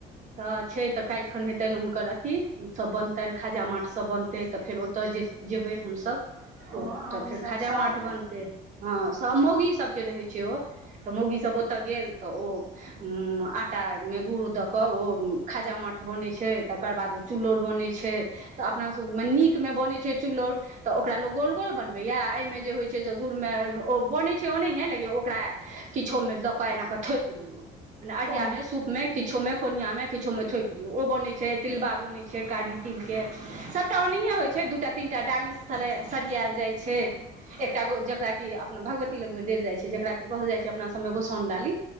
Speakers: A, on the right; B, on the right.
A: त छै त, काल्हिखन हेतनि हुनकर अथी, सभ बनतनि खाजा माठ सभ बनतै, त फेर ओत जे जेबय हमसभ,
B: ओ आमसभ
A: त फेर खाजा
B: सभ
A: माठ बनतय। हँ, सब मौगी सबके रहै छै ओ। त, मौगी सब ओत गेल, तऽ ओ उं आ टाग मे गुड़ द क, ओ खाजामाठ बनय छै, तकर बाद ओ, चुल्लौर बनय छै। त अपनासभमे, नीकमे बनय छै चुल्लौर त ओकरा लोक गोल -गोल बनबये। एहिमे जे होय छै से गुड़मे ओ बनय छै ओनाहिये, लेकिन ओकरा किछो मे लक एनाक थोपि दियौ, मने अरिया
B: ओ
A: में सूपमे, किछो मे, कोनिया मे, किछो मे, थोपि दियौ, ओ बनै छै, तिलबा बनै छै, कारी तिलके। सभटा ओनाहिये होय छै, दूटा- तीन टा डाली सले सरियाएल जाय छै। एकटा गो जकरा की, अपना भगवती लगमे देल जाइ छै, जेकरा की कहल जाइ छै, अपना सबमे गोसाउनडाली।